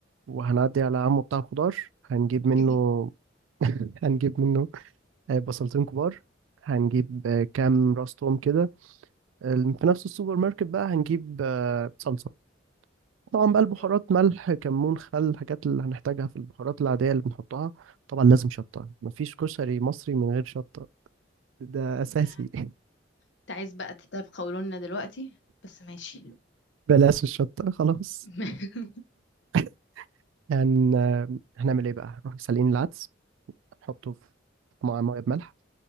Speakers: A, on the right; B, on the left.
A: وهنعدي على عمو بتاع الخضار هنجيب منه
B: <laughs>
A: <coughs> <laughs> هنجيب منه آه، بصلتين كبار هنجيب آه، كام راس توم كده آه، في نفس السوبر ماركت بقى هنجيب آه، صلصة طبعا بقى البهارات
B: حلو.
A: ملح كمون خل الحاجات اللي هنحتاجها في البهارات العادية اللي بنحطها طبعا لازم شطة مفيش كشري مصري من غير شطة ده أساسي
B: ده-
A: <laughs>
B: أنت عايز بقى تطيب قولولنا دلوقتي بس ماشي
A: بلاش الشطة خلاص
B: <laughs>
A: <laughs> يعني هنعمل ايه بقى نروح سالقين العدس نحطه في مع ميه بملح